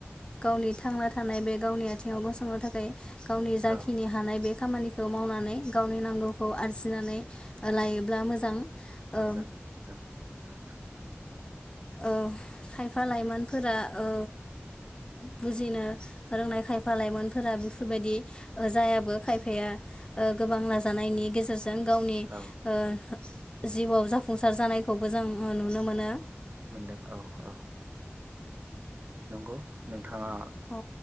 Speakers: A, on the left; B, on the right.
A: गावनि थांना थानाय बे गावनि आथिङाव गसंनो थाखाय गावनि जाखिनि
B: औ औ
A: हानाय बे खामानिखौ मावनानै गावनि नांगौखौ आरजिनानै लायोब्ला मोजां। ओ
B: मोजां मोजां औ।
A: औ खायफा लाइमोनफोरा ओ बुजिनो रोंनाय खायफा लाइमोन फोरा बेफोरबायदि जायाबो खायफाया गोबां नाजानायनि गेजेर जों गावनि
B: औ
A: ओ जिउआव जाफुंसार जानायखौबो जों नुनो मोनो।
B: मोनदों औ औ नोंगौ। नों थाङा
A: औ